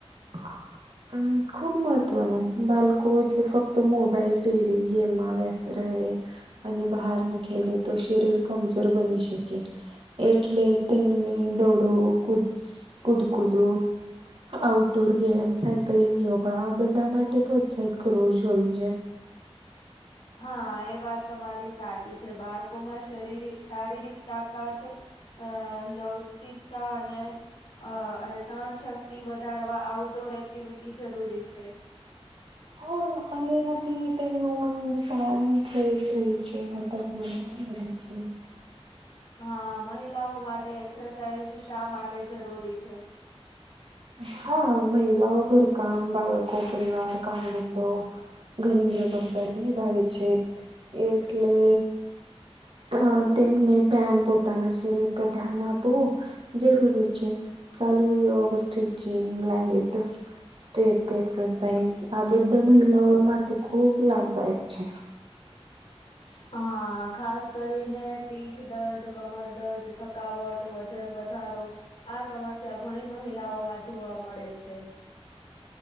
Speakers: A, on the right; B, on the left.
A: હા <inaudible> હમ્મ ખૂબ મહત્ત્વનું બાળકો જો ફક્ત મોબાઈલ ટીવી ગેમમાં વ્યસ્ત રહે અને બહાર નુ ખેલી તો શરીર કમજોર બની શકે એટલે તેમને દોડો કુદ કુદ કુદું આઉટડોર ગેમ સાયકલિંગ યોગા આ બધા માટે પ્રોત્સાહિત કરવું જોઈએ.
B: હા એ વાત તમારી સાચી છે બાળકોમાં શરીર શારીરિક તાકાત અ લવચિકતા અને અ અને સહનશક્તિ વધારવા આઉટડોર એક્ટિવિટી જરૂરી છે.
A: હા અને એ નથી તેમનું મન ફ્રેશ રહે છે. હમ્મ બને છે.
B: હા મહિલાઓ માટે એક્સરસાઇઝ શા માટે જરૂરી છે.
A: હા મહિલાઓ ઘર કામ બાળકો પરિવાર કામ ધંધો ઘરની જવાબદારી નિભાવે છે એટલે અ તેમને ધ્યાન પોતાના શરીર પર ધ્યાન આપવું જરૂરી છે. ચાલુ યોગ સ્ટિચિંગ લાઈટ સ્ટથ એક્સરસાઇઝ આ બધા મહિલાઓ માટે ખૂબ લાભદાયક છે. <inaudible>
B: હા ખાસ કરીને પીઠ દર્દ કમર દર્દ થકાવટ વજન વધારો આ સમસ્યા ઘણી મહિલાઓમાં જોવા મળે છે.